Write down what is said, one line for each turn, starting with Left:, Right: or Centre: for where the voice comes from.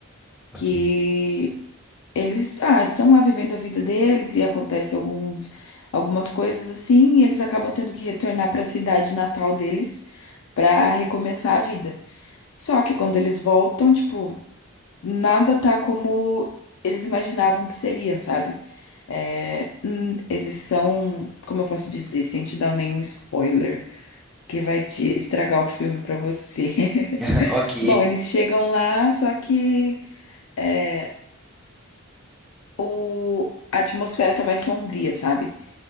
Centre: Ok.
Left: que Eles, ah, eles estão lá vivendo a vida deles e acontece alguns, algumas coisas assim, e eles acabam tendo que retornar para a cidade natal deles para recomeçar a vida. Só que quando eles voltam, tipo, nada tá como eles imaginavam que seria, sabe? É, hum, eles são, como eu posso dizer, sem te dar nenhum spoiler, que vai te estragar o filme para você.
Centre: <laughs>
Left: <laughs>
Centre: Ok,
Left: Bom, eles chegam lá, só que é, o, a atmosfera tá mais sombria, sabe?